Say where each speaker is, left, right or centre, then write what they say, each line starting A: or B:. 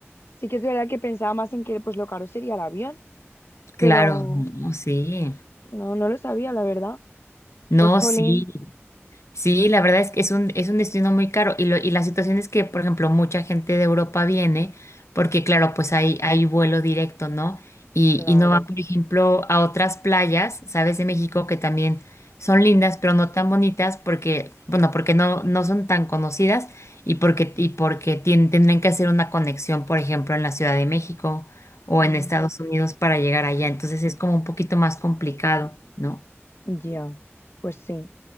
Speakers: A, on the left; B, on the left.
A: sí que es verdad que pensaba más en que pues lo caro sería el avión, pero
B: claro, no, sí,
A: no, no lo sabía, la verdad.
B: no,
A: Pues jolín.
B: sí. Sí, la verdad es que es un, es un destino muy caro y, lo, y la situación es que, por ejemplo, mucha gente de Europa viene porque, claro, pues hay, hay vuelo directo, ¿no? Y,
A: Claro.
B: y no van, por ejemplo, a otras playas, ¿sabes? De México que también son lindas, pero no tan bonitas porque, bueno, porque no, no son tan conocidas y porque, y porque tien- tendrán que hacer una conexión, por ejemplo, en la Ciudad de México o
A: Mm,
B: en Estados Unidos para llegar allá. Entonces es como un poquito más complicado, ¿no?
A: Ya. Pues sí.